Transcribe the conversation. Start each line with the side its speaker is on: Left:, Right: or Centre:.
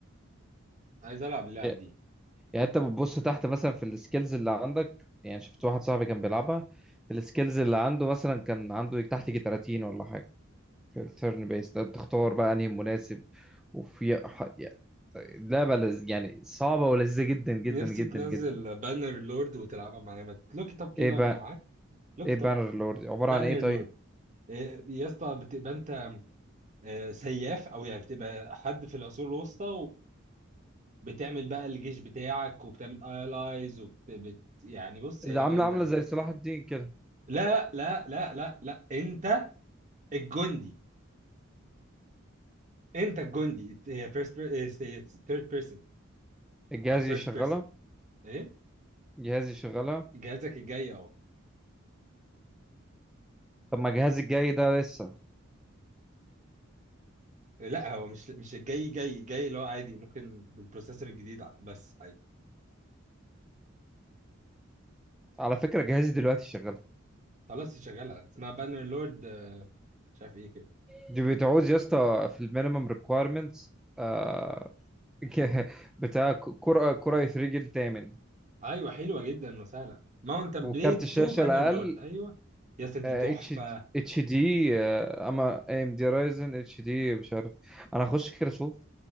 Right: عايز العب اللعب
Centre: إيه،
Right: دي
Centre: يعني انت بتبص تحت مثلا في السكيلز اللي عندك يعني شفت واحد صاحبي كان بيلعبها السكيلز اللي عنده مثلا كان عنده تحت يجي 30 ولا حاجه في التيرن بيست تختار بقى انهي مناسب وفي ح- يعني لعبه لذ- يعني صعبه ولذيذه جدا جدا
Right: نفسي
Centre: جدا
Right: تنزل
Centre: جدا
Right: بانر لورد وتلعبها معايا ما لوك اب كده
Centre: ايه بقى
Right: وانا معاك لوك
Centre: ايه بانر
Right: اب
Centre: لورد عبارة
Right: بانر
Centre: عن ايه طيب
Right: لورد إيه، يا اسطى بتبقى انت آه، سياف او يعني بتبقى حد في العصور الوسطى وبتعمل بقى الجيش بتاعك وبتعمل الايز وبت بت- يعني بص
Centre: ده
Right: هي لعبه
Centre: عاملة
Right: جامده
Centre: عاملة
Right: قوي
Centre: زي صلاح الدين كده
Right: لا لا لا لا لا انت الجندي انت الجندي هي فيرست ثيرد بيرسون
Centre: الجهاز
Right: او فيرست
Centre: يشغلها
Right: بيرسون ايه
Centre: جهاز يشغلها
Right: جهازك الجاي اهو
Centre: طب ما جهازي الجاي ده لسه
Right: لا هو مش مش الجاي جاي جاي اللي هو عادي ممكن بالبروسيسور الجديد ع- بس عادي
Centre: على فكرة جهازي دلوقتي شغال
Right: خلاص دي شغاله اسمها بانر لورد مش عارف ايه كده
Centre: دي بتعوز يا اسطى في المينيمم ريكويرمنتس آه <laughs> ك- بتاع كرة كرة يترجل الثامن
Right: ايوه حلوه جدا وسهله ماونتن
Centre: وكارت
Right: بليد
Centre: الشاشة
Right: 2 بانر
Centre: الأقل
Right: لورد ايوه يا اسطى دي
Centre: اتش
Right: تحفه
Centre: اتش دي اما اي ام دي رايزن اتش دي مش عارف انا هخش كده اشوف